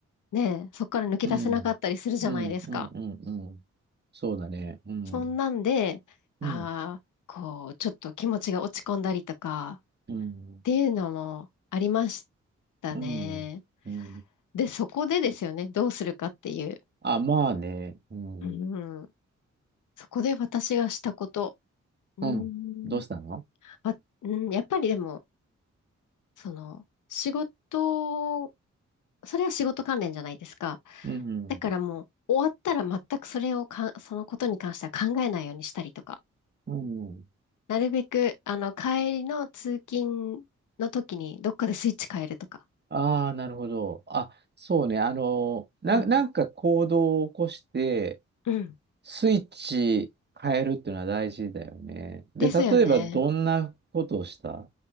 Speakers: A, on the left (about 85°); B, on the right (about 35°).
A: ね、そこから抜け出せなかったりするじゃないですか。
B: うん、うん、うん、うん、うん。そうだね。うん、
A: そんなんで、ああ、
B: うん、
A: こう、ちょっと気持ちが落ち込んだりとか、
B: うん、
A: っていうのもありましたね。
B: うん、うん。
A: で、そこでですよね、どうするかっていう。
B: あ、まあね。うん、
A: うん、そこで私がしたこと。うん、
B: うん。どうしたの
A: あ、うん、やっぱりでも、その、仕事、それは仕事関連じゃないですか。
B: うん、
A: だからもう、終わったら全くそれをか、そのことに関しては考えないようにしたりとか。
B: うん。
A: なるべく、あの、帰りの通勤の時に、どっかでスイッチ変えるとか。
B: ああ、なるほど。あ、そうね。あの、な、
A: うん。
B: なんか行動を起こして、
A: うん。
B: スイッチ変えるっていうのは大事だよね。で、
A: ですよね。
B: 例えばどんなことをした